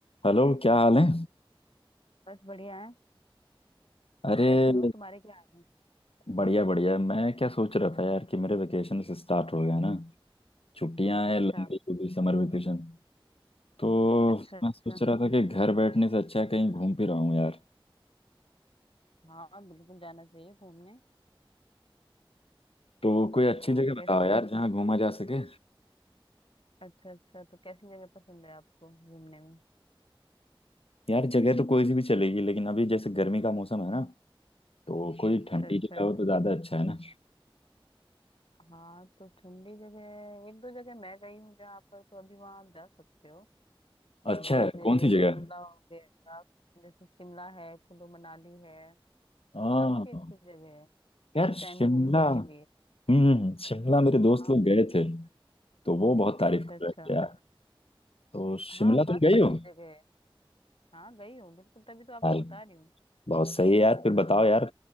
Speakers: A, on the left (about 85°); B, on the left (about 70°).
A: Hello क्या हाल है
B: बस बढ़िया है
A: अरे
B: बैठी हूँ तुम्हारे क्या हाल है
A: बढ़िया बढ़िया मैं क्या सोच रहा था यार कि मेरे वेकेशन स्टार्ट हो गया ना छुट्टियां
B: अच्छा
A: हैं लंबी लंबी समर वेकेशन तो
B: अच्छा अच्छा
A: मैं सोच रहा था कि घर बैठने से अच्छा है कहीं घूम फिर आऊं यार
B: हाँ बिल्कुल जाना चाहिए घूमने
A: तो कोई अच्छी
B: तो
A: जगह बताओ
B: कैसी जगह
A: यार जहाँ घूमा जा सके
B: अच्छा अच्छा तो कैसी जगह पसंद है आपको घूमने में
A: यार जगह तो कोई सी भी चलेगी लेकिन अभी जैसे गर्मी का मौसम है ना तो कोई
B: अच्छा
A: ठंडी
B: अच्छा
A: जगह हो तो ज्यादा अच्छा है ना
B: हाँ तो ठंडी जगह एक दो जगह मैं गई हूँ जहाँ पर तो अभी वहाँ आप जा सकते हो
A: अच्छा
B: जैसे
A: है कौन सी जगह
B: शिमला हो गया जैसे शिमला है कुल्लू मनाली है ये
A: हाँ
B: काफी अच्छी जगह है
A: यार
B: इस
A: शिमला
B: टाइम घूमने के लिए
A: हम्म शिमला मेरे दोस्त
B: हाँ,
A: लोग गए थे तो वो बहुत तारीफ
B: अच्छा
A: कर
B: अच्छा
A: रहे थे तो शिमला
B: हाँ काफी
A: तुम गई
B: अच्छी
A: हो
B: जगह है हाँ गई हूँ बिल्कुल तभी तो आपको
A: यार
B: बता रही हूँ
A: बहुत सही है यार फिर बताओ यार